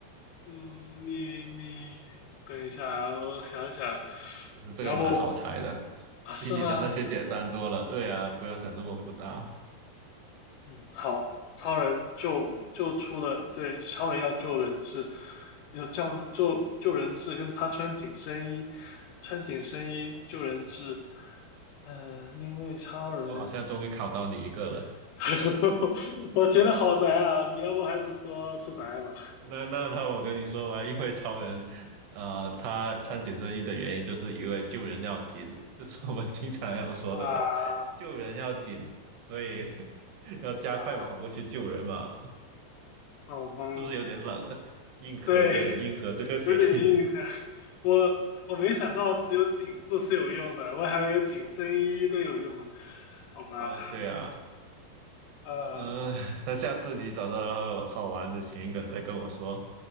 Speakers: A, on the left; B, on the right.
A: 嗯，你你等一下啊，我想一想，
B: 其实这个蛮好猜的，
A: 你要不啊是吗？
B: 比你的那些简单多了。对啊，不要想这么复杂。
A: 嗯，好，超人救救出了，对，超人要救人质，要叫救救人质，跟他穿紧身衣，穿紧身衣救人质，嗯、因为超人，
B: 我好像终于考到你一个了。
A: <laughs> 我觉得好难啊，你要不还是说出答案吧？
B: 那那那我跟你说吧，因为超人，呃，他穿紧身衣的原因就是因为救人要紧，就是我们经常要说的，
A: 啊
B: 救人要紧，所以 <laughs> 要加快马步去救人嘛。
A: 啊，好吧，
B: 是不是有点冷？<laughs> 硬核有点硬核这个谐音。
A: 对，有点印象，我我没想到只有颈部是有用的，我还以为紧身衣都有用的，
B: <laughs>
A: 好吧，
B: 哦，对啊，
A: 呃。
B: 嗯、那下次你找到好玩的谐音梗再跟我说。